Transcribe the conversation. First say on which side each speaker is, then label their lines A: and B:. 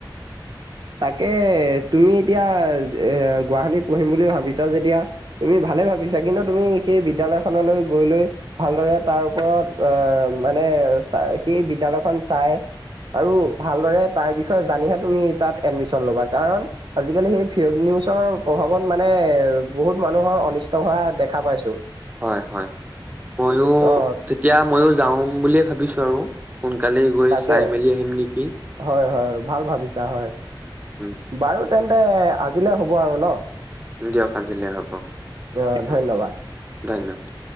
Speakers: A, on the right; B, on the right.
A: তাকে, তুমি এতিয়া এ, গুৱাহাটীত পঢ়িম বুলি ভাবিছা যেতিয়া তুমি ভা ভালে ভাবিছা, কিন্তু তুমি সেই বিদ্যালয়খনলৈ গৈ লৈ ভালদৰে তাৰ ওপৰত অ', মানে অ, চাই সি বিদ্যালয়খন চাই আৰু ভালদৰে তাৰ বিষয়ে জানিহে তুমি তাত এডমিশ্যন ল'বা, কাৰণ আজিকালি সেই ফেগ নিউজৰ প্ৰভাৱত মানে বহুত মানুহৰ অনিষ্ট হোৱা দেখা পাইছোঁ।
B: হয়, হয় ময়ো
A: অ
B: তেতিয়া, ময়ো যাওঁ বুলিয়ে ভাবিছো আৰু। সোনকালেই গৈ
A: তাকে,
B: চাই মেলি আহিম নেকি
A: হয়, হয় ভাল ভাবিছা হয়।
B: উম
A: বাৰু, তেন্তে আজিলৈ হ'ব আৰু ন?
B: দিয়ক আজিলৈ হ'ব,
A: অ ধন্যবাদ
B: উম, ধন্যবাদ।